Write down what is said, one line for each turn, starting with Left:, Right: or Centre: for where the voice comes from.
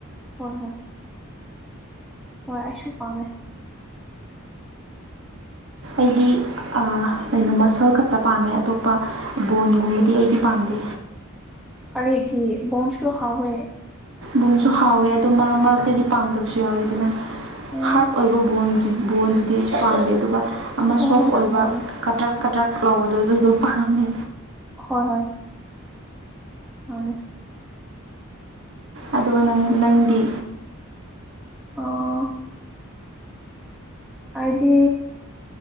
Centre: ꯍꯣꯏ ꯍꯣꯏ ꯍꯣꯏ ꯑꯁꯨ ꯄꯝꯃꯦ
Right: ꯑꯩꯗꯤ ꯑꯩꯅꯣ ꯃꯁꯜ ꯈꯛꯇ ꯄꯥꯝꯃꯦ ꯑꯇꯣꯞꯄ ꯕꯣꯟꯒꯨꯝꯕꯗꯤ ꯑꯩꯗꯤ ꯄꯥꯝꯗꯦ
Centre: ꯀꯔ ꯒꯤꯦ ꯣꯟꯁꯨ ꯍꯥꯎꯋꯦ
Right: ꯕꯣꯟꯁꯨ ꯍꯥꯎꯋꯦ ꯑꯗꯨ ꯃꯔꯛ ꯃꯔꯛꯇꯗꯤ ꯄꯥꯝꯗꯕꯁꯨ ꯌꯥꯎꯋꯦ ꯑꯗꯨꯅ
Centre: ꯎꯝ
Right: ꯍꯥꯔꯠ ꯑꯣꯏꯕ ꯕ ꯕꯣꯟꯗꯨꯗꯤ ꯑꯩꯁꯨ ꯄꯥꯝꯗꯦ ꯑꯗꯨꯒ ꯑꯃ
Centre: ꯍꯣꯏ
Right: ꯁꯣꯐ
Centre: ꯍꯣꯏ
Right: ꯑꯣꯏꯕ
Centre: ꯃꯥꯅꯦ
Right: ꯀꯗ꯭ꯔꯛ ꯀꯗ꯭ꯔꯛ ꯂꯧꯕꯗꯣ ꯑꯗꯨꯗꯣ ꯄꯥꯝꯃꯦ
Centre: ꯍꯣꯏ ꯍꯣꯏ ꯑꯅꯦ
Right: ꯑꯗꯨꯒꯪ ꯅꯪꯗꯤ
Centre: ꯑꯣ ꯑꯩꯗꯤ